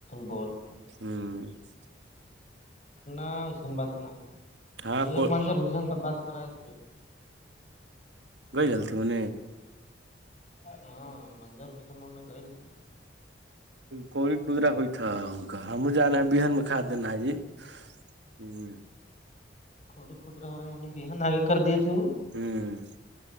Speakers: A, on the left; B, on the right.
A: بال <unintelligible>
B: ہوں <unintelligible>
A: اتنا وسن بات نہ ہے
B: ہاں کو
A: مظر ہو ن تو بات کرا تھتے <unintelligible>
B: گئی حالتیوں میں
A: ہاں مظر حسین نے گئےل سے
B: کوڑی کودرا ہوئیت ہے کا ہم جا رہے ہیں بہن میں کھ دینا جی ہوں <unintelligible>
A: تھڑی کدرا ہو رہا بہان داگے کر دیے تھے وہ
B: ہوں